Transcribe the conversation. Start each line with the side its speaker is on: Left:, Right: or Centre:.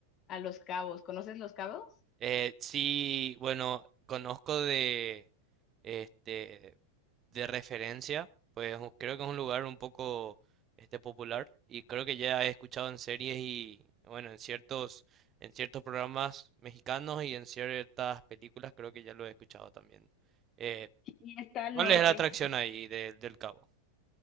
Left: a Los Cabos, ¿conoces Los Cabos?
Right: Eh, sí, bueno, conozco de, este, de referencia, pues u- creo que es un lugar un poco, este, popular y creo que ya he escuchado en series y, bueno, en ciertos, en ciertos programas mexicanos y en ciertas películas creo que ya lo he escuchado también. Eh,
Left: Sí, está al
Right: ¿cuál
Left: norte.
Right: es la atracción ahí de- del Cabo?